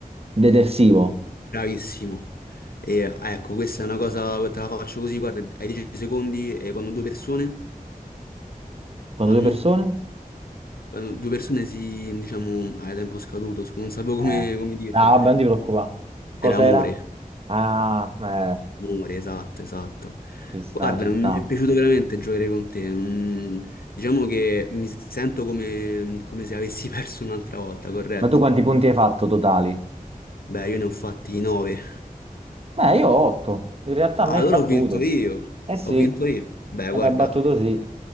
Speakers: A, on the right; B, on the left.
A: Detersivo.
B: Bravissimo. E ah, ecco, questa è una cosa, te la faccio così, guarda, ai 10 secondi e quando due persone
A: Quando
B: fanno,
A: due persone?
B: quando due persone si, diciamo, a tempo scaduto, scusa, non sapevo
A: Eh.
B: come, come dirtelo.
A: Ah, vabbè, non ti preoccupare. Cos'era?
B: Era amore,
A: Ah, eh,
B: amore, esatto, esatto.
A: ci sta,
B: Guarda,
A: ci
B: mi
A: sta.
B: è piaciuto veramente giocare con te. non- Diciamo che mi sento come, come se avessi <laughs> perso un'altra volta, corretto?
A: Ma tu quanti punti hai fatto totali?
B: Beh, io ne ho fatti nove.
A: Beh, io ho 8. In realtà
B: Ah,
A: mi hai
B: allora
A: battuto.
B: ho vinto io.
A: Eh sì,
B: Ho vinto
A: E
B: io. Beh, guarda,
A: mi hai battuto sì.